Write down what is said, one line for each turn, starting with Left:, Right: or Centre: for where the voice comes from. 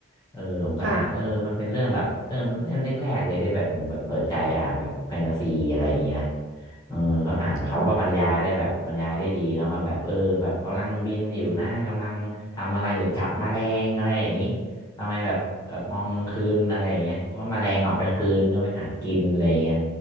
Left: เออผมก็อ่านเออมันเป็นเรื่องแบบเริ่มเล่มแรกๆเลยได้แบบผมแบบเปิดใจอ่านแบบแฟนตาซีอะไรอย่างนี้นะ
Right: ค่ะ
Left: เออก็อ่านไปเขาก็บรรยายได้แบบบรรยายได้ดีเนอะว่าแบบเออแบบกำลังบินอยู่นะกำลังทำอะไรอยู่จับแมลงอะไรอย่างนี้
Right: ค่ะ
Left: ทำไมแบบแบบมองกลางคืนอะไรอย่างเงี้ยว่าแมลงออกกลางคืนก็ไปหากินอะไรอย่างเงี้ย